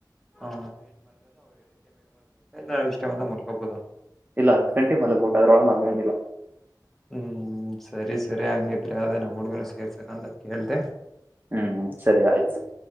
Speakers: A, in the centre; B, on the right.
A: ಹ ನಾು ಇಷ್ಟವಂದ ಮುಕೊಬೋುದಾ
B: ಇಲ್ಲ ಹತ್ತು ಗಂಟೆ ಮಲ್ಗ್ಬೇಕು ಅದ್ರೊಳ ಮಲ್ಗಂಗಿಲ್ಲ
A: ಹ್ಮ್ ಸರಿ.. ಸರಿ ಹಂಗಿದ್ರಿ ಅದೇ ನಮ್ಮ ಹುಡುಗನು ಸೇರ್ಸಕಂತ ಕೇಳ್ದ
B: ಹ್ಮ್ ಹ್ಮ್ ಸರಿ ಆಯ್ತು ಸರ್